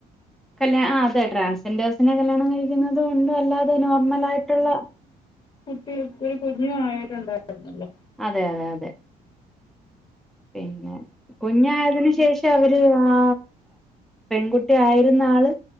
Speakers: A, in the centre; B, on the left (about 30°).
A: കല്യാ ആ അതെ. ട്രാൻസ്ജെൻഡേഴ്സിനെ കല്യാണം കഴിക്കുന്നതുണ്ട് അല്ലാതെ നോർമലായിട്ടുള്ള
B: കെട്ടി ഒരു കുഞ്ഞു ആയട്ടുണ്ടായിരുന്നല്ലോ?
A: അതെ അതെ അതെ പിന്നെ കുഞ്ഞായതിന് ശേഷം അവര് ആ പെൺകുട്ടി ആയിരുന്ന ആള്